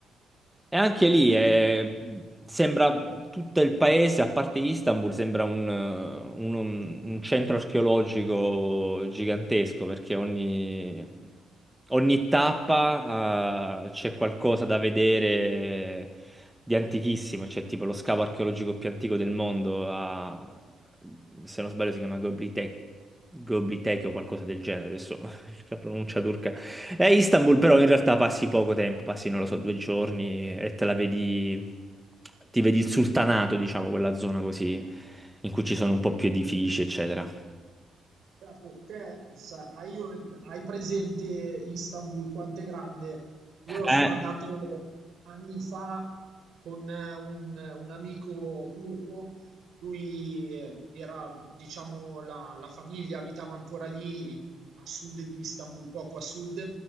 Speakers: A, in the centre; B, on the right.
A: E anche lì eh, sembra tutto il paese, a parte Istanbul, sembra un, eh, un- un centro archeologico gigantesco perché ogni, ogni tappa eh, c'è qualcosa da vedere di antichissimo. C'è tipo lo scavo archeologico più antico del mondo, a- se non sbaglio si chiama Göbekli Te- Göbekli Tepe o qualcosa del genere. Adesso <laughs> La pronuncia turca. È Istanbul, però in realtà passi poco tempo, passi, non lo so, due giorni e te la vedi, ti vedi il sultanato, diciamo, quella zona così, in cui ci sono un po' più edifici, eccetera.
B: Certo, te sa- hai, un- hai presente Istanbul quanto è grande? Io sono
A: Eh,
B: andato anni fa con eh, un, un amico turco, lui eh, era, diciamo, la, la famiglia abitava ancora lì in- a sud di Istanbul, poco a sud,